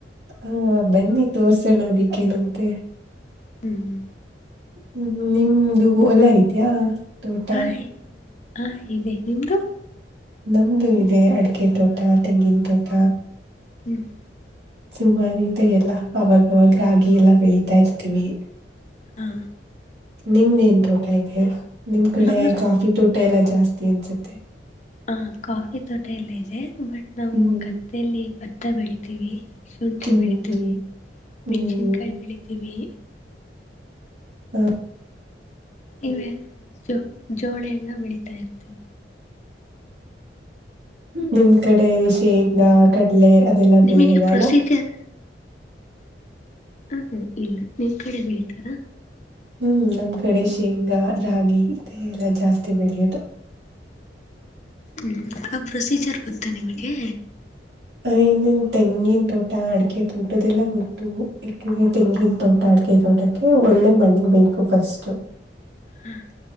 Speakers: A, on the right (about 70°); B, on the left (about 40°).
A: ಹಾ ಬನ್ನಿ ತೋಸೋಣ ಅದಕ್ಕೇನಂತೆ
B: ಹ್ಮ್
A: ಹ್ಮ ನಿಮ್ದು ವಲ ಇದೆಯಾ ತೋಟ
B: ಹಾಯ್ ಹಾ ಇದೆ ನಿಮ್ದು
A: ನಮ್ದು ಇದೆ ಅಡಿಕೆ ತೋಟ ತೆಂಗಿನ ತೋಟ
B: ಹ್ಮ್
A: ಸುಮ್ಮಾನಿದೆ ಎಲ್ಲಾ ಅವಾಗವಾಗ ರಾಗಿ ಎಲ್ಲಾ ಬೆಳೀತಾ ಇರ್ತೀವಿ
B: ಹಾ
A: ನಿಮ್ದೇನ್ ತೋಟ ಇದೆ ನಿಮ್ ಕಡೆ
B: ನಮ್ದು
A: ಕಾಫಿ ತೋಟ ಎಲ್ಲಾ ಜಾಸ್ತಿ ಅನ್ಸುತ್ತೆ
B: ಹ ಕಾಫಿ ತೋಟ ಎಲ್ಲ ಇದೆ ಬಟ್ ನಾವು
A: ಹ್ಮ್
B: ಗದ್ದೆಯಲ್ಲಿ ಭತ್ತ ಬೆಳಿತೀವಿ ಶುಂಠಿ
A: ಹ್ಮ್
B: ಬೆಳಿತೀವಿ
A: ಹ್ಮ್
B: ಮೆಣ್ಸಿನ್ಕಾಯಿ
A: ಹ್ಮ್
B: ಬೆಳಿತೀವಿ
A: ಹ್ಮ
B: ಇವ ಜೋ ಜೋಳೆ ಎಲ್ಲ ಬೆಳೀತಾ ಇರ್ತೀವಿ
A: ನಿಮ್ ಕಡೆ ಶೇಂಗಾ ಕಳ್ಳೆ ಅದೆಲ್ಲಾ
B: ನಿಮಗೆ
A: ಬೆಳೆಯಲ್ಲ
B: ಪ್ರೊಸೀಜರ್
A: ಅಲ್ಲ
B: ಹ ಹ ಇಲ್ಲ ನಿಮ್ ಕಡೆ ಬೆಳಿತಾರಾ
A: ಹ್ಮ್ ನಮ್ ಕಡೆ ಶೇಂಗಾ ರಾಗಿ ಇ ಎಲ್ಲಾ ಜಾಸ್ತಿ ಬೆಳೆಯೋದು
B: ಹ್ ಆ ಪ್ರೊಸೀಜರ್ ಗೊತ್ತಾ ನಿಮಗೆ
A: <unintelligible> ತೆಂಗಿನ ತೋಟ ಅಡಗೆ ತೋಟದೆಲ್ಲ ಗೊತ್ತು ಯಾಕ್ರೆ ತೆಂಗಿನ ತೋಟ ಅಡಗೆ ತೋಟಕ್ಕೆ ಒಳ್ಳೆ ಮಣ್ಣ ಬೇಕು ಫಸ್ಟ್
B: ಹ್ಮ